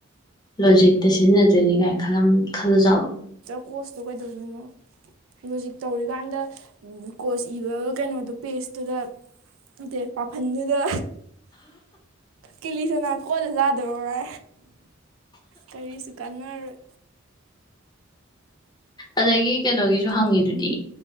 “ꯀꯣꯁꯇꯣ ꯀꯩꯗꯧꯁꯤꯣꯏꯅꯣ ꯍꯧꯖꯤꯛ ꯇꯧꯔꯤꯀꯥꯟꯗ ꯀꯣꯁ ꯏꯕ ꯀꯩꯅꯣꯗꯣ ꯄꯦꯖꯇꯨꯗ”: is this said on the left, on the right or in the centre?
Right